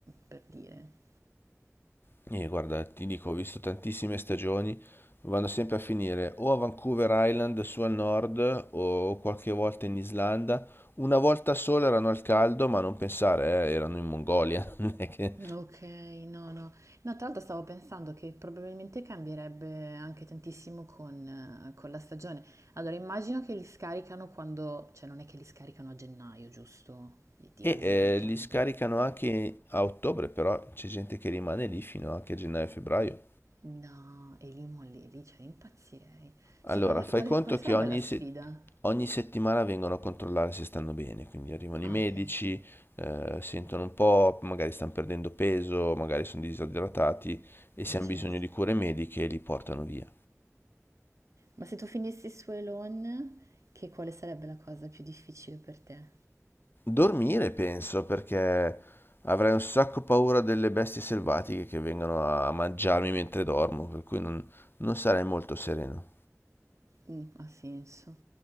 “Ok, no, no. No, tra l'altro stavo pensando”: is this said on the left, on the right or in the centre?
Right